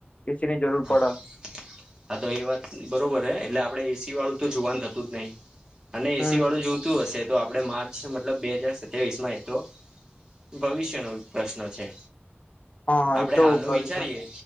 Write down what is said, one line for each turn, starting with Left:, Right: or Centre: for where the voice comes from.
Left: એસી ની જરૂર
Right: હા,
Left: પડે
Right: હા તો એ વાત બરોબર હે એટલે આ પડે એ સી વાળું તો જોવાનું થતું જ નઈ અને એ
Left: હમ
Right: સી વાળું જોતું અશે તો આપડે માર્ચ મતલબ બે હાજાર સત્યાવીસ માં એ તો ભવિષ્યનો પ્રશ્ન છે.
Left: હા હા
Right: આપડે
Left: એ તો
Right: હાલનું
Left: ભવિષ્ય
Right: વિચારીએ